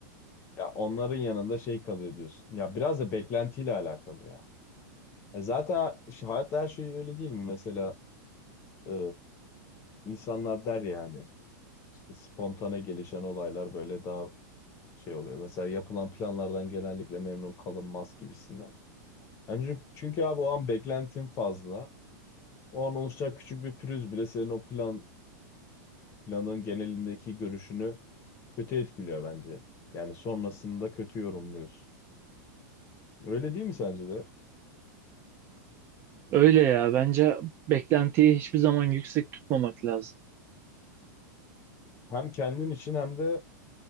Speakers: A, on the left (about 25°); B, on the right (about 25°).
A: Ya onların yanında şey kalıyor diyorsun. Ya biraz da beklentiyle alakalı ya. E zaten şu hayatta her şey öyle değil mi? Mesela e, insanlar der yani işte spontane gelişen olaylar böyle daha şey oluyor. Mesela yapılan planlardan genellikle memnun kalınmaz gibisinden. Yani çünkü, çünkü abi o an beklentin fazla. O an oluşacak küçük bir pürüz bile senin o plan planın genelindeki görüşünü kötü etkiliyor bence. Yani sonrasında kötü yorumluyorsun. Öyle değil mi sence de?
B: Öyle ya bence beklentiyi hiçbir zaman yüksek tutmamak lazım.
A: Hem kendin için hem de